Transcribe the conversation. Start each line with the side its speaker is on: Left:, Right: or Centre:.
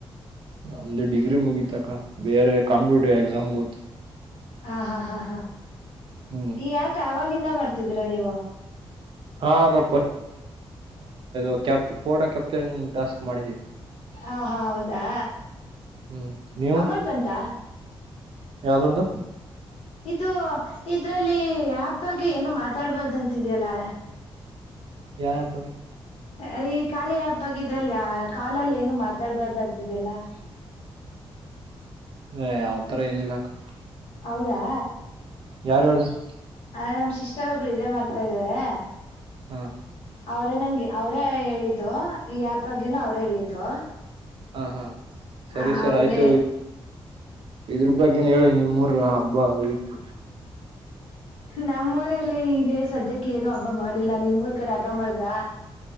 Right: ನಮ್ದು ಡಿಗ್ರಿ ಮುಗಿತಕ್ಕ ಬೆರೆ ಕಂಪ್ಯೂಟರ್ ಪರೀಕ್ಷೆ
Left: ಆಹ್ ಆಹ್ ಆಹ್ ಆಹ್
Right: ಹ್ಮ್
Left: ಯಾಕ್ ಯೆಲ್ಲಿಂದ ಮಾಡ್ತಿದಿರಾ ನೀವು
Right: ಅಯ್ಯೋ ಅಕ್ಕಾ ಮೊದಲ ಕೆಲಸ ಮಡಿಧಿನಿ
Left: ಆಹ್ ಆಹ್ ಹೌದಾ
Right: ಹ್ಮ್ ನೀವು
Left: ಅಮೌಂಟ್ ಬಂತಾ
Right: ಯವಧೃದು
Left: ಇಧು ಇದ್ರಲ್ಲಿ ಆಪ್ ಬಗ್ಗೆ ಯೇನು ಮಥಡ್ಬಾರ್ದು ಅಂತ ಇದೆ ಅಲ್ವಾ.
Right: ಯಾವ ಆ್ಯಪ್ ಬಗ್ಗೆ
Left: ಅಯ್ <unintelligible> ಬಗ್ಗೆ ಕಾಲ್ ಅಲ್ಲಿ ಯೇನು ಮತಾಡ್ಬಾರ್ದು ಅಂತ ಇದ್ದೆ ಅಲ್ವಾ.
Right: ಹೇ ಆಹ್ ತಾರಾ ಯೇನ್ ಇಲ್ಲಾ ಅಕ್ಕಾ.
Left: ಹೌದಾ
Right: ಯಾರ ಹೇಳ್ದೋರು?
Left: ಅದೇ ನಮ್ ಸಿಸ್ಟರ್ ಒಬ್ರು ಇದೆ ಮಾಡ್ತಾಯಿದ್ದಾರೆ.
Right: ಹಾ
Left: ಅವ್ರೇ ನಂಗೆ ಅವ್ರೇ ಹೇಳಿದ್ದು, ಈ ಆ್ಯಪ್ ಬಗ್ಗೆನು ಅವ್ರೇ ಹೇಳಿದ್ದು.
Right: ಹಾ ಹಾ ಸರಿ
Left: ಆ
Right: ಸರ್
Left: ಅವರೇ
Right: ಆಯ್ತು. ಇದ್ರ ಬಗ್ಗೆನು ಹೇಳ ನಿಮ್ ಊರ್ ಹಬ್ಬ ಬಗ್ಗೆ.
Left: ನಮ್ಮೂರಲ್ಲಿ ನೀ ಸದ್ಯಕ್ಕೆ ಏನ ಹಬ್ಬ ಮಾಡಿಲ್ಲ, ನಿಮೂರ್ ಕಡೆ ಹಬ್ಬ ಮಾಡುದ್ರ?